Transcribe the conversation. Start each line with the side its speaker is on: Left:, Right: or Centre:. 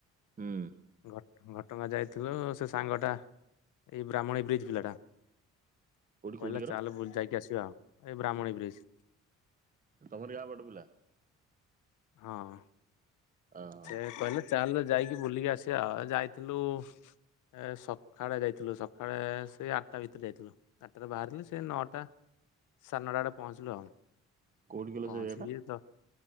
Right: ହୁଁ।
Left: ଘଟ ଘଟଗାଁ ଯାଇଥିଲୁ ସେ ସାଙ୍ଗଟା ଏଇ ବ୍ରାହ୍ମଣୀ ବ୍ରିଜ୍ ପିଲାଟା
Right: ହୁଁ କୋଉଠି କୋଉଠିକାର
Left: କହିଲା ଚାଲ ବୁଲି ଯାଇକି ଆସିବା ଆଉ। ଏଇ ବ୍ରାହ୍ମଣୀ ବ୍ରିଜ
Right: ତମରି ଗାଁ ପଟୁ ପିଲା?
Left: ହଁ।
Right: ହଁ।
Left: ସେ କହିଲା ଚାଲେ ଯାଇକି ବୁଲିକି ଆସିବା। ଯାଇଥିଲୁ ଏ ସକାଳେ ଯାଇଥିଲୁ ସକାଳେ ସେ ଆଠଟା ଭିତରେ ଯାଇଥିଲୁ। ଆଠଟାରେ ବାହାରିଥିଲୁ ସେ ନଅଟା ସାଢ଼େ ନଅଟା ବେଳେ ପହଞ୍ଚିଲୁ ଆଉ।
Right: କୋଉଠି କହିଲ
Left: ପହଞ୍ଚିକି
Right: ସେ ଜାଗାଟା
Left: ତ